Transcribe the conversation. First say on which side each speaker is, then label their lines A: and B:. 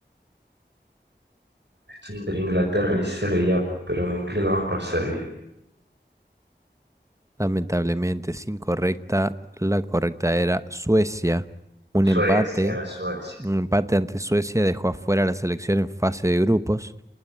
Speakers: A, on the right (about 70°); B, on the right (about 15°).
A: Estoy entre Inglaterra y Serbia, pero me inclino más por Serbia.
B: Lamentablemente sin correcta, la correcta era Suecia. Un
A: Suecia,
B: empate,
A: era Suecia.
B: un empate ante Suecia dejó afuera a la selección en fase de grupos,